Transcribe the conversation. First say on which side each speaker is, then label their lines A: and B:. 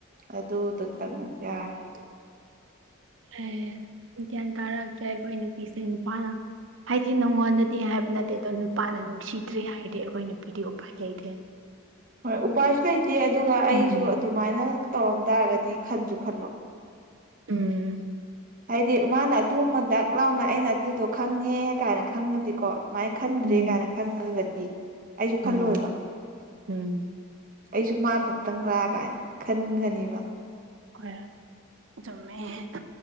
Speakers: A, on the right; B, on the right.
A: ꯑꯗꯨꯗꯨꯇꯪ ꯌꯥꯔꯦ
B: ꯑꯦ ꯒ꯭ꯌꯥꯟ ꯇꯥꯔꯛꯇ꯭ꯔꯦ ꯑꯩꯈꯣꯏ ꯅꯨꯄꯤꯁꯦ ꯅꯨꯄꯥꯅ ꯍꯥꯏꯗꯤ ꯅꯪꯉꯣꯟꯗꯗꯤ ꯍꯥꯏꯕ ꯅꯠꯇꯦ ꯑꯗꯣ ꯅꯨꯄꯥꯅ ꯅꯨꯡꯁꯤꯗ꯭ꯔꯦ ꯍꯥꯏꯔꯗꯤ ꯑꯩꯈꯣꯏ ꯅꯨꯄꯤꯗꯤ ꯎꯄꯥ ꯂꯩꯗꯦ
A: ꯍꯣꯏ ꯎꯄꯥꯏꯁꯨ ꯂꯩꯇꯦ ꯑꯗꯨꯒ ꯑꯩꯁꯨ
B: ꯎꯝ
A: ꯑꯗꯨꯃꯥꯏꯅ ꯇꯧꯔꯝ ꯇꯥꯔꯒꯗꯤ ꯈꯟꯁꯨ ꯈꯜꯂꯣꯏ
B: ꯎꯝ
A: ꯍꯥꯏꯗꯤ ꯃꯥꯅ ꯑꯗꯨ ꯃ ꯗꯥꯛ ꯂꯥꯎꯅ ꯑꯩꯅ ꯑꯗꯨꯗꯣ ꯈꯪꯉꯦ ꯀꯥꯏꯅ ꯈꯪꯉꯗꯤꯀꯣ ꯁꯨꯃꯥꯏꯅ ꯈꯟꯗ꯭ꯔꯦ
B: ꯎꯝ
A: ꯀꯥꯏꯅ ꯈꯪꯉꯒꯗꯤ ꯑꯩꯁꯨ
B: ꯎꯝ
A: ꯈꯜꯂꯣꯏꯕ
B: ꯎꯝ
A: ꯑꯩꯁꯨ ꯃꯥ ꯈꯛꯇꯪ ꯂꯥꯛꯑ ꯀꯥꯏꯅ ꯈꯟꯒꯅꯦꯕ
B: ꯑꯩꯈꯣꯏ ꯆꯃꯦꯃꯦ